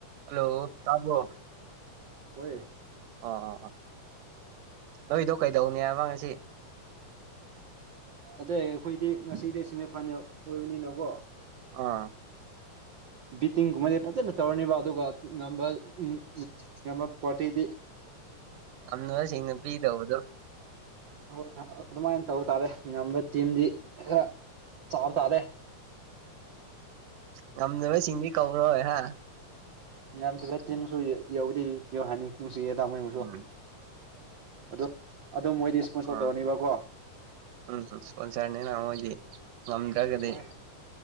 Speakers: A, on the right (about 85°); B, on the right (about 65°).
A: hello ꯇꯥꯕꯔꯣ
B: ꯑꯣꯏ
A: ꯑꯣ ꯑꯣ ꯑꯣ ꯅꯣꯏꯗꯣ ꯀꯩꯗꯧꯅꯤ ꯍꯥꯏꯕ ꯉꯁꯤ
B: ꯑꯗꯩ ꯑꯩꯈꯣꯏꯗꯤ ꯉꯁꯤꯗꯤ ꯁꯦꯃꯤꯐꯥꯏꯅꯦꯜ ꯑꯣꯏꯕꯅꯤꯅꯀꯣ
A: ꯑꯥ
B: ꯕꯤꯇꯤꯡꯒꯨꯝꯕ ꯐꯖꯅ ꯇꯧꯔꯅꯤꯕꯥ ꯑꯗꯨꯒ ꯅꯝꯕꯔ ꯎꯝ ꯅꯝꯕꯔ ꯐꯣꯔꯇꯤꯗꯤ
A: ꯌꯥꯝꯅꯁꯤꯡꯅ ꯄꯤꯗꯧꯕꯗꯣ
B: ꯍꯣꯏ ꯑꯗꯨꯃꯥꯏꯅ ꯇꯧꯕ ꯇꯥꯔꯦ ꯉꯝꯕ ꯇꯤꯝꯗꯤ ꯈꯔ ꯆꯥꯕ ꯇꯥꯔꯦ
A: ꯉꯝꯗꯕꯁꯤꯡꯗꯤ ꯀꯧꯔꯣꯏ ꯍꯥ
B: ꯌꯥꯝꯁꯨ <unintelligible> ꯌꯥꯎꯗꯦ ꯌꯧ ꯍꯅꯤ ꯅꯨꯡꯁꯨ <unintelligible>
A: ꯎꯝ
B: ꯑꯗꯨ ꯑꯗꯨꯝ ꯃꯣꯏꯗꯤ ꯏꯁꯄꯣꯟꯁꯣꯔ
A: ꯑꯥ
B: ꯇꯧꯔꯅꯤꯕꯀꯣ
A: ꯎꯝ ꯏꯁꯄꯣꯟꯁꯔꯅꯤꯅ ꯃꯣꯏꯗꯤ ꯉꯝꯗ꯭ꯔꯒꯗꯤ
B: ꯍꯣꯏ